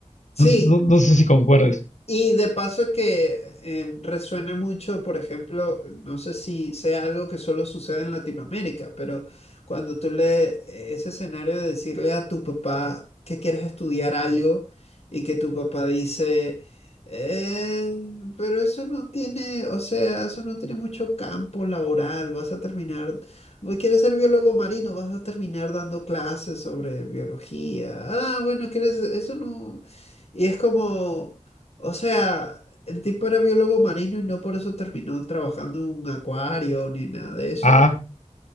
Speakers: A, on the left; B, on the left.
A: sí,
B: No, no- no sé si concuerdes.
A: Y de paso que em, resuena mucho, por ejemplo, no sé si sea algo que solo sucede en Latinoamérica, pero cuando tú le eh, ese escenario de decirle a tu papá que quieres estudiar algo y que tu papá dice, "Eh, pero eso no tiene, o sea, eso no tiene mucho campo laboral, vas a terminar, "Voy- quieres ser biólogo marino, vas a terminar dando clases sobre biología. Ah, bueno, quieres, eso no. Y es como... O sea, el tipo era biólogo marino y no por eso terminó trabajando en un acuario ni nada de eso.
B: Ah,